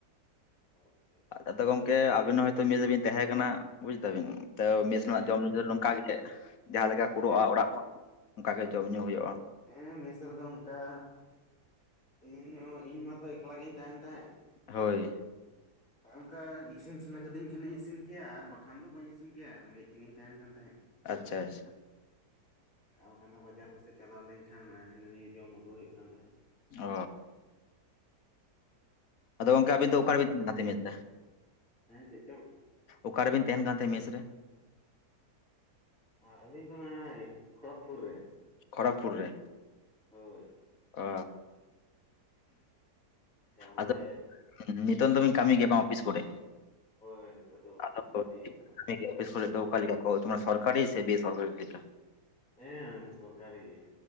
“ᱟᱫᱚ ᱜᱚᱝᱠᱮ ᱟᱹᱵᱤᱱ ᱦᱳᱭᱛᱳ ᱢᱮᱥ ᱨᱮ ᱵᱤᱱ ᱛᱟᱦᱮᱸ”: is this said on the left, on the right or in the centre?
Left